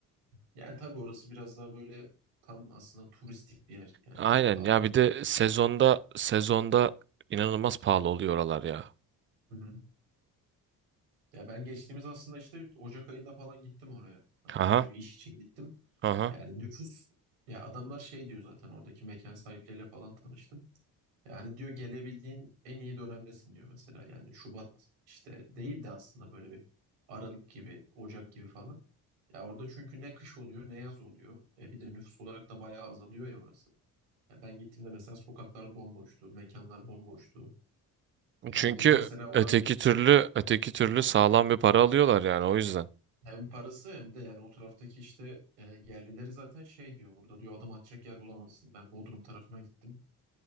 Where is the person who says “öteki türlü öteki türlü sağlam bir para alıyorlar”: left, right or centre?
Right